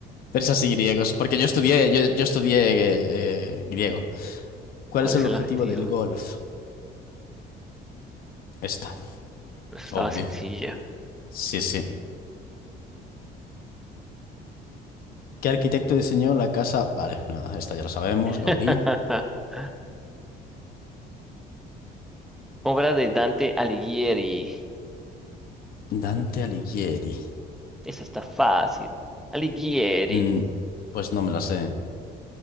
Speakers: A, on the left; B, in the centre.
A: Persas y griegos, porque yo estudié, yo, yo estudié eh, eh, griego. ¿Cuál
B: ¿Cuál
A: es
B: es
A: el
B: el
A: objetivo
B: objetivo?
A: del golf? Esta,
B: Pues estaba
A: obvio.
B: sencilla.
A: Sí, sí. ¿Qué arquitecto diseñó la casa? Vale, nada, esta ya la sabemos. Gaudí.
B: <laughs> Obra de Dante Alighieri.
A: Dante Alighieri.
B: Esa está fácil. Alighieri.
A: Mm, pues no me la sé.